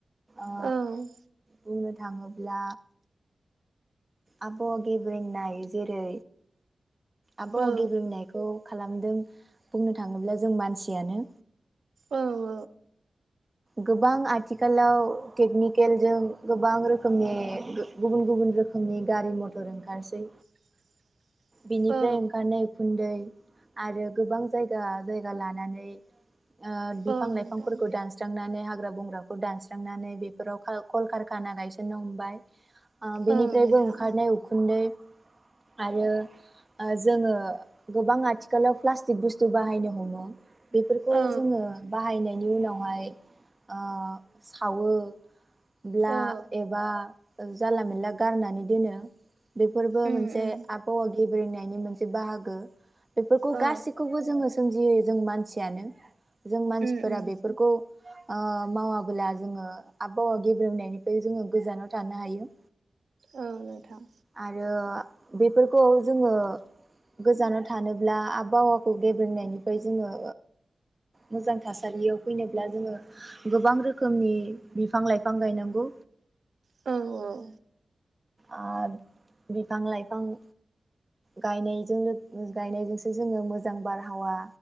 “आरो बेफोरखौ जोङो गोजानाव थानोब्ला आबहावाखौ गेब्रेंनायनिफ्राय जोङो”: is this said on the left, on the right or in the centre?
Right